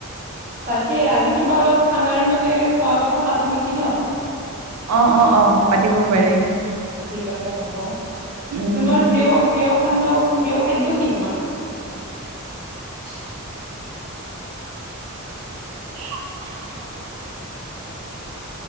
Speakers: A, on the right (about 40°); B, on the right (about 85°).
A: তাকেই আজি কিবা অলপ খানাৰ মানে খোৱা কথা পাতো নেকি ন'।
B: অ', অ', অ', পাত দিব পাৰি।
A: ঠিক আছে হ'ব,
B: উম
A: তোমাৰ প্ৰিয় প্ৰিয় খান্ন প্ৰিয় খাদ্য কি তোমাৰ? <inaudible>
B: <inaudible>